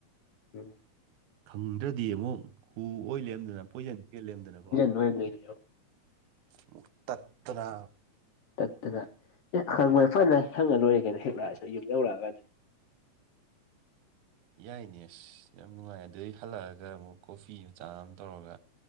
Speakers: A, on the left; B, on the right.
A: ꯎꯝ
B: ꯈꯪꯗ꯭ꯔꯗꯤ ꯑꯃꯨꯛ ꯍꯨ ꯑꯣꯏ ꯂꯔꯦꯝꯗꯅ ꯄꯣꯏꯖꯟ ꯀꯦꯜ ꯂꯔꯦꯝꯗꯅꯀꯣ
A: ꯃ ꯂꯩ
B: ꯑꯃꯨꯛ ꯇꯠꯇꯅ
A: ꯇꯠꯇꯅ ꯑꯦ ꯍꯪꯕ ꯐꯅ ꯍꯪꯉ ꯂꯣꯏꯔꯦ ꯀꯩꯅꯣ ꯍꯦꯛꯂꯛꯑꯁꯨ ꯌꯨꯝ ꯌꯧꯔꯛꯑꯒ ꯑꯗꯨꯗꯤ <inaudible>
B: ꯌꯥꯏꯅꯦ ꯑꯁ ꯌꯥꯝ ꯅꯨꯡꯉꯥꯏ ꯑꯗꯨꯗꯒꯤ ꯍꯜꯂꯛꯑꯒ ꯑꯃꯨꯛ ꯀꯣꯐꯤ ꯃꯆꯥ ꯑꯃ ꯇꯧꯔꯒ